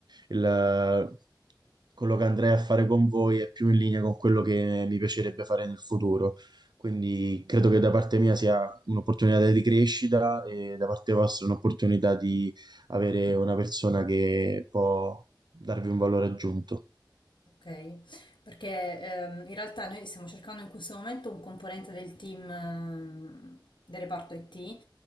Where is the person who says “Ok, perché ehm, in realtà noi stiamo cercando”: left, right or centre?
Left